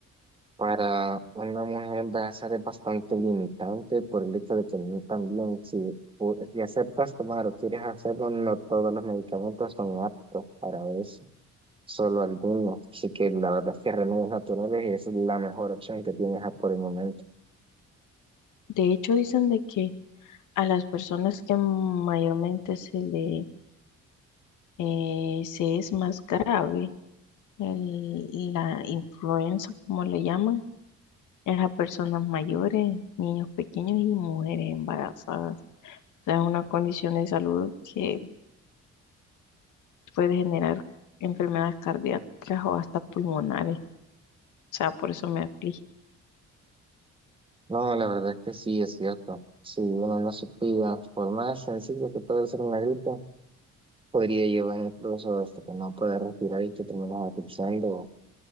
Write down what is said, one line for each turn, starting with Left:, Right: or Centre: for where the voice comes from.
Right: Para una mujer va a ser bastante limitante por el hecho de que no también si, o- si aceptas tomar o quieres hacerlo, no todos los medicamentos son aptos para eso, solo algunos. Así que la verdad es que remedios naturales es la mejor opción que tienes a- por el momento.
Left: De hecho, dicen de que a las personas que mayormente se le eh, sí es más grave. El- la influenza, como le llaman, es a personas mayores, niños pequeños y mujeres embarazadas. O sea, es una condición de salud que puede generar enfermedades cardíacas o hasta pulmonares. O sea, por eso me aflige.
Right: No, la verdad es que sí, es cierto. Si uno no se cuida, por más sencillo que pueda ser una gripe, podría llevar incluso hasta que no pueda respirar y que terminas asfixiando